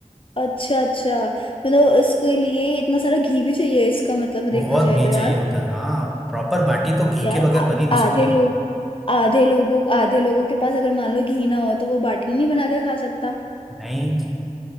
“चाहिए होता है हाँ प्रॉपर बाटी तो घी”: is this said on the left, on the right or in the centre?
Centre